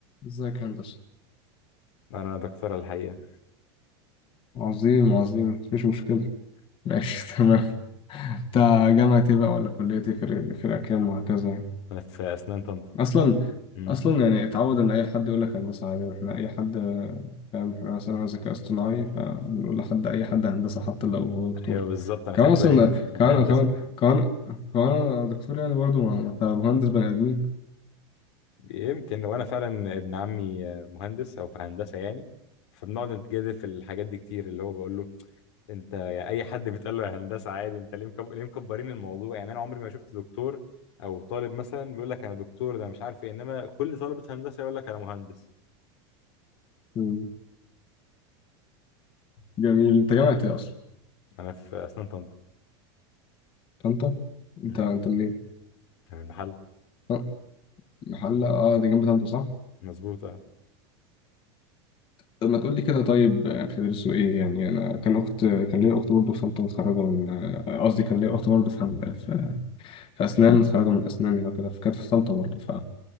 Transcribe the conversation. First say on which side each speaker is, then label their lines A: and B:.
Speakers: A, on the left; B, on the left.
A: ازيك يا هندسة
B: انا دكتورة الحقيقة
A: عظيم عظيم مفيش مشكلة ماشي <laughs> تمام انت جامعة ايه بقى ولا كلية ايه فرق فرق كام وهكذا يعني
B: انا في اسنان طنطا
A: اصلا
B: امم
A: اصلا يعني اتعود ان اي حد يقول لك هندسة عادي احنا اي حد فاهم احنا مثلا انا ذكاء اصطناعي فبنقول لحد اي حد هندسة حتى لو هو دكتور
B: ايوه بالظبط انا
A: كمان
B: خدت
A: اصلا
B: بالي من من
A: كمان
B: الهندسة
A: كمان
B: دي
A: كمان كمان انا دكتور يعني برضو ما انت مهندس بني ادمين
B: يمكن وانا فعلا ابن عمي مهندس او في هندسة يعني فبنقعد نتجادل في الحاجات دي كتير اللي هو بقول له انت يعني اي حد بيتقال له يا هندسه عادي انت ليه مكب... ليه مكبرين الموضوع يعني انا عمري ما شفت دكتور او طالب مثلا بيقول لك انا دكتور ده أنا مش عارف ايه انما كل طالبه هندسه يقول لك انا مهندس
A: مم. جميل انت جامعة ايه اصلا؟
B: انا في اسنان طنطا
A: طنطا انت
B: امم
A: انت منين؟
B: أنا من المحل
A: طب، محلة اه دي جنب طنطا صح؟
B: مظبوط اه
A: طب ما تقول لي كده طيب آه، بتدرسوا ايه يعني انا كان اخت كان ليا اخت برضه في طنطا متخرجه من آه، قصدي كان ليا اخت برضه في هن- في في اسنان متخرجه من اسنان هنا كده فكانت في طنطا برضه ف